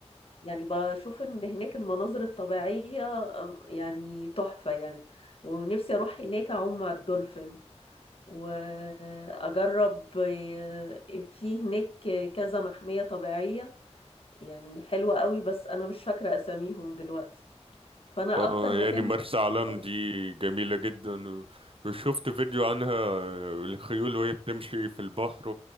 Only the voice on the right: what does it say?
اه
يعني
مرسى
علم
دي جميلة جدا و- وشفت فيديو عنها آه، الخيول وهي بتمشي في البحر